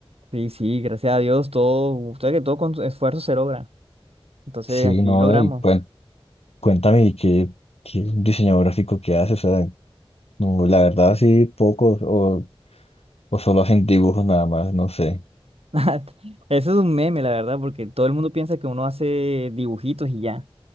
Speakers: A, on the right; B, on the left.
A: Sí, sí, gracias a Dios, todo, usted que todo con esfuerzo se logra. Entonces,
B: Sí,
A: aquí
B: no,
A: logramos.
B: y cuen- cuéntame, ¿y ¿qué, qué diseñador gráfico que hace? O sea, no, la verdad sí, pocos o, o solo hacen dibujos nada más, no sé.
A: <laughs> Eso es un meme, la verdad, porque todo el mundo piensa que uno hace dibujitos y ya.